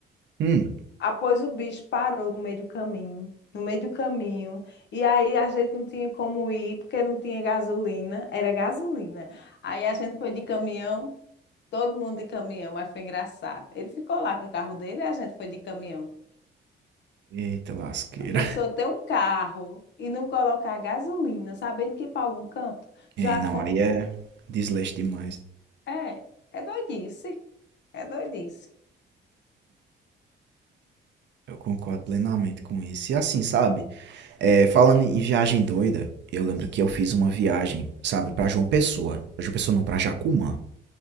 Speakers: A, on the right; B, on the left.
A: hum.
B: Após o bicho parou no meio do caminho, no meio do caminho, e aí a gente não tinha como ir porque não tinha gasolina, era gasolina. Aí a gente foi de caminhão, todo mundo de caminhão, mas foi engraçado. Ele ficou lá com o carro dele e a gente foi de caminhão.
A: Eita lasqueira.
B: A pessoa ter um carro e não colocar gasolina, sabendo que ir para algum canto,
A: E
B: já
A: não,
B: co-
A: aí é desleixo demais.
B: é, é doidice, é doidice.
A: Eu concordo plenamente com isso. E assim, sabe? É, falando em viagem doida, eu lembro que eu fiz uma viagem, sabe, pra João Pessoa. Pra João Pessoa não, pra Jacumã.